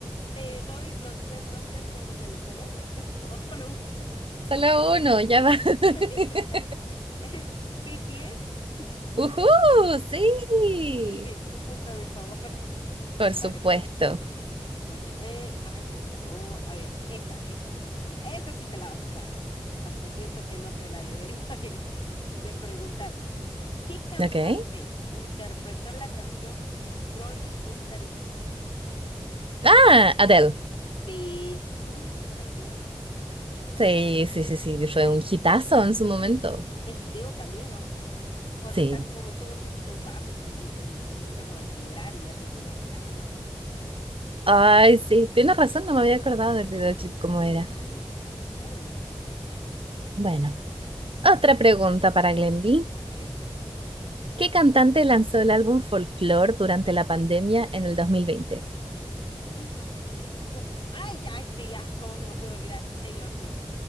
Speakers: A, on the left; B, on the right.
A: ¿Te doy los tres nombres como se les conoce? <laughs> ¿O solo uno?
B: Solo uno, ya va.
A: <laughs>
B: <laughs>
A: Es BTS. <laughs>
B: ¡Uhú! Sí,
A: Sí, <laughs> un punto a mi favor.
B: por
A: A
B: supuesto.
A: ver, a ver. Eh, eh, eh, Ay, en esta no. A ver, esta, esta. Esta sí te la vas a saber. Hasta siento que no te la debería <laughs> de, de preguntar. Va. ¿Qué cantante
B: Ok.
A: interpretó la canción Rolling in the Deep?
B: Ah, Adele.
A: Sí, está buena esta canción.
B: Sí, sí, sí, sí, fue
A: El,
B: un hitazo en su momento.
A: y el video también, ¿no? Cuando
B: Sí,
A: están como todos estos vasos y, y- y se escucha como el vibrar y hace vibrar el agua y todo eso. Está
B: Ay,
A: bueno.
B: sí, tienes razón, no me había acordado del videoclip como
A: Mm,
B: era.
A: está buenísimo.
B: Bueno, otra pregunta para Glendy.
A: A ver.
B: ¿Qué cantante lanzó el álbum Folklore durante la pandemia en el 2020?
A: <gasps> ¡Ah! ¿Cómo? f- Ay, ya, sí, ay, cómo se me pudo olvidar. Taylor Swift.